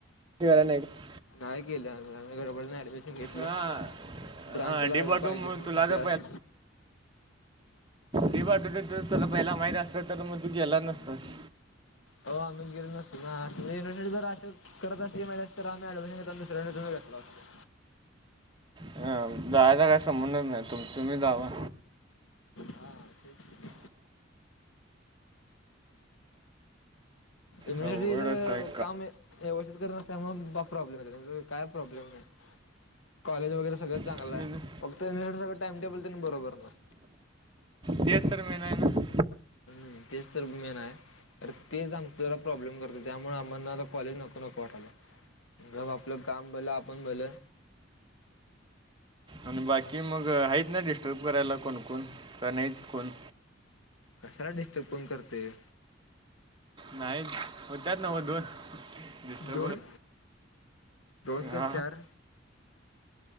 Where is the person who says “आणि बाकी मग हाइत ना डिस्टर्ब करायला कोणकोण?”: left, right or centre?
Right